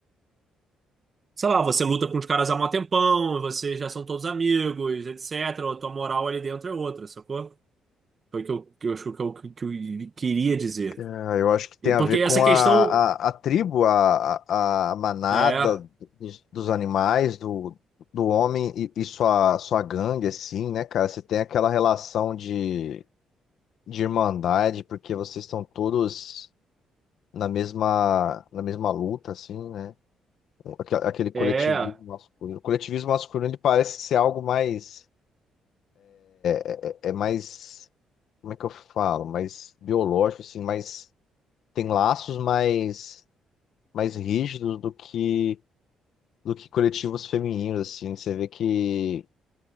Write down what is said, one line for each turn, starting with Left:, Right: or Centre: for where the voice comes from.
Right: sei lá, você luta com os caras há mó tempão, vocês já são todos amigos, etc. A tua moral ali dentro é outra, sacou? Foi o que eu, que eu acho que eu, que eu queria dizer.
Left: Ah, eu acho que tem
Right: E porque
Left: a ver
Right: essa
Left: com
Right: questão
Left: a, a, a tribo, a, a, a manada
Right: é,
Left: dos, dos animais, do, do homem e, e sua, sua gangue, assim, né, cara? Você tem aquela relação de, de irmandade, porque vocês estão todos na mesma, na mesma luta, assim, né? Aque- Aquele coletivismo
Right: é,
Left: masculino. O coletivismo masculino, ele parece ser algo mais, é é mais, como é que eu falo? Mais biológico, assim, mais, tem laços mais mais rígidos do que do que coletivos femininos, assim. Você vê que,